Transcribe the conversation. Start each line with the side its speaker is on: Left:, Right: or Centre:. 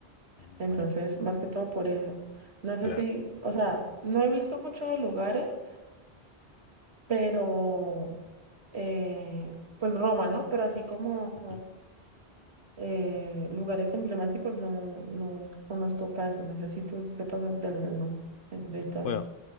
Left: ujú.
Right: Entonces,
Left: Bueno,
Right: más que todo por eso. No sé
Left: claro.
Right: si, o sea, no he visto mucho de lugares, pero, eh, pues Roma, ¿no? Pero así como...
Left: ujú.
Right: eh, lugares emblemáticos no, no conozco casi. Necesito sé si sepas de de alguno eh, de Italia.
Left: Bueno,